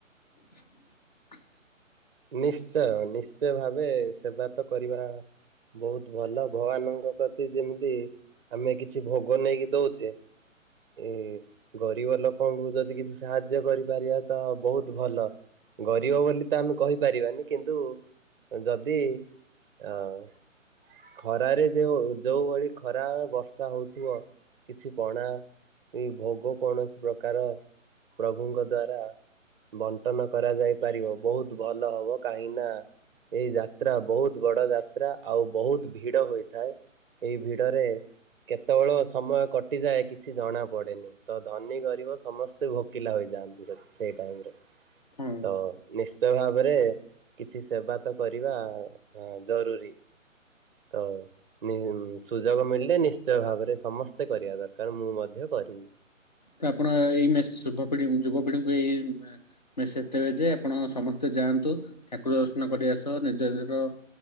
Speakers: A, on the left (about 35°); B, on the right (about 45°).
A: <inaudible>
B: ନିଶ୍ଚୟ ନିଶ୍ଚୟ ଭାବେ ସେବା ତ କରିବା ବହୁତ ଭଲ ଭଗବାନଙ୍କ ପ୍ରତି ଯେମିତି ଆମେ କିଛି ଭୋଗ ନେଇକି ଦଉଛେ ଏ ଗରିବ ଲୋକଙ୍କୁ ଯଦି କିଛି ସାହାଯ୍ୟ କରିପାରିବା ତ ବହୁତ୍ ଭଲ। ଗରିବ ବୋଲି ତ ଆମେ କହିପାରିବାନି କିନ୍ତୁ ଯଦି ଅଁ-ଅଁ ଖରାରେ ଯୋଉ, ଯୋଉ ଭଳି ଖରା ବର୍ଷା ହଉଥିବ କିଛି ପଣା ଏଇ ଭୋଗ କୌଣସି ପ୍ରକାର ପ୍ରଭୁଙ୍କ ଦ୍ଵାରା ବଣ୍ଟନ କରାଯାଇ ପାରିବ ବହୁତ୍ ଭଲ ହବ କାହିଁ ନା ଏଇ ଯାତ୍ରା ବହୁତ ବଡ ଯାତ୍ରା ଆଉ ବହୁତ୍ ଭିଡ ହୋଇଥାଏ। ଏଇ ଭିଡରେ କେତେବେଳ ସମୟ କଟିଯାଏ କିଛି ଜଣା ପଡେନି, ତ ଧନୀ ଗରିବ ସମସ୍ତେ ଭୋକିଲା ହୋଇ ଯାଆନ୍ତି, ସେଇ ଟାଇମରେ
A: ହଁ
B: ତ ନିଶ୍ଚ୍ ତ ଭାବରେ କିଛି ସେବା ତ କରିବା ଜରୁରୀ। ତ ନିଇ <inaudible> ସୁଯୋଗ ମିଳିଲେ ନିଶ୍ଚୟ ଭାବରେ ସମସ୍ତେ କରିବା ଦରକାର, ମୁଁ ମଧ୍ୟ କରିବି।
A: ତ ଆପଣ ଏଇ ମେସ୍ ଯୁବପିଢି ଯୁବପିଢିଙ୍କୁ ଏଇ ମେସେଜ୍ ଦେବେ ଯେ ଆପଣ ସମସ୍ତେ ଯାଆନ୍ତୁ, ଠାକୁର ଦର୍ଶନ କରିବା ସହ ନିଜ ନିର ଅଁ-